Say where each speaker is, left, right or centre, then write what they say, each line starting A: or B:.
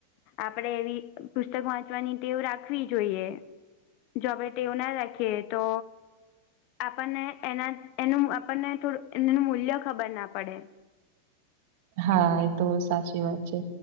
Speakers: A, on the left (about 40°); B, on the right (about 50°).
A: આપણે એવી પુસ્તક વાંચવાની ટેવ રાખવી જોઈએ. જો આપણે ટેવ ના રાખીએ તો આપણને એનાં એનું આપણને થોડું એનું મૂલ્ય ખબર ના પડે.
B: હા એ તો સાચી વાત છે.